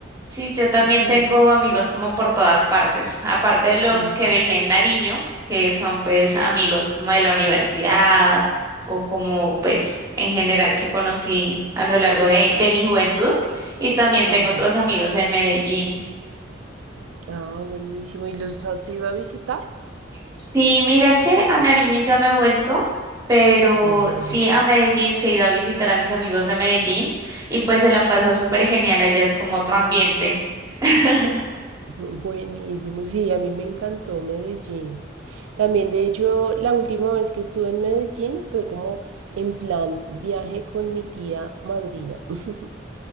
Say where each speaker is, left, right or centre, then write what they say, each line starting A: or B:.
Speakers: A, on the right; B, on the right.
A: Sí, yo
B: Sí,
A: también
B: sí.
A: tengo amigos como por todas partes, aparte de los
B: ujú,
A: que dejé en Nariño, que son pues amigos como de la universidad o como pues en general que conocí a lo largo de, de mi juventud y también tengo
B: ujú.
A: otros amigos en Medellín.
B: Ah, buenísimo. ¿Y los has ido a visitar?
A: Sí, mira que a Nariño ya no he vuelto, pero
B: Ujú,
A: sí a Medellín se he ido a visitar a mis amigos de Medellín y pues se la pasa súper genial, allá es como otro ambiente. <laughs>
B: ujú, Buenísimo. Sí, a mí me encantó Medellín. También, de hecho, la última vez que estuve en Medellín fue como en plan viaje con mi tía madrina. <laughs>